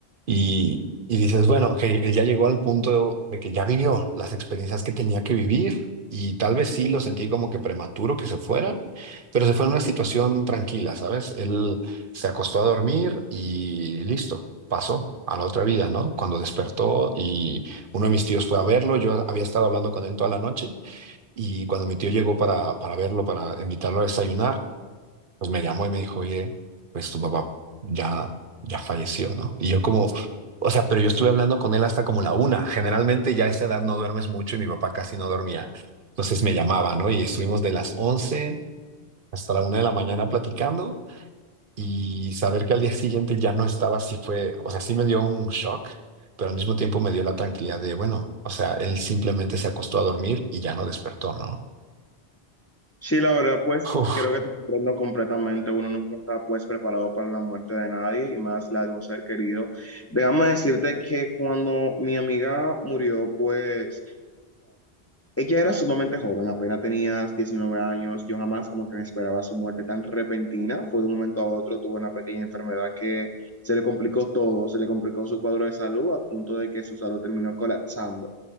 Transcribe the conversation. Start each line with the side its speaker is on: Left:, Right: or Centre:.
Right: Y, y dices, bueno, ok, él ya llegó al punto de que ya vivió las experiencias que tenía que vivir y tal vez sí lo sentí como que prematuro que se fuera, pero se fue en una situación tranquila, ¿sabes? Él se acostó a dormir y listo, pasó a la otra vida, ¿no? Cuando despertó y uno de mis tíos fue a verlo, yo había estado hablando con él toda la noche y cuando mi tío llegó para, para verlo, para invitarlo a desayunar, pues me llamó y me dijo, oye, pues tu papá ya, ya falleció, ¿no? Y yo como, o sea, pero yo estuve hablando con él hasta como la una. Generalmente ya a esa edad no duermes mucho y mi papá casi no dormía. Entonces me llamaba, ¿no? Y estuvimos de las 11 hasta la una de la mañana platicando y saber que al día siguiente ya no estaba, sí fue, o sea, sí me dio un shock, pero al mismo tiempo me dio la tranquilidad de, bueno, o sea, él simplemente se acostó a dormir y ya no despertó, ¿no?
Left: Sí, la verdad, pues
Right: Uf,
Left: creo que te comprendo completamente. Uno nunca está pues preparado para la muerte de nadie y más la de un ser querido. Déjame decirte que cuando mi amiga murió, pues ella era sumamente joven, apenas tenía 19 años. Yo jamás como que me esperaba su muerte tan repentina. Fue de un momento a otro, tuvo una pequeña enfermedad que se le complicó todo, se le complicó su cuadro de salud a punto de que su salud terminó colapsando.